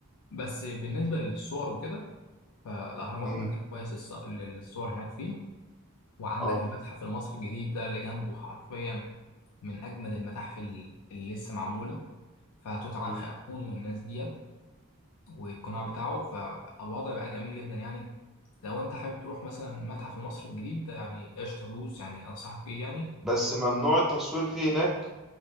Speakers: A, on the left; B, in the centre.
A: بس بالنسبة للصور وكده فالأهرامات
B: امم
A: مكان كويس الص- للصور هناك فيه وعندك
B: اه
A: المتحف المصري الجديد ده اللي جنبه حرفيا من أجمد المتاحف ال- اللي لسه معمولة فتوت عنخ
B: مم.
A: آمون والناس ديت والقناع بتاعه فالوضع بقى جميل جدا يعني لو أنت حابب تروح مثلا المتحف المصري الجديد ده يعني قشطة دوس يعني أنصحك بيه يعني
B: بس ممنوع التصوير فيه هناك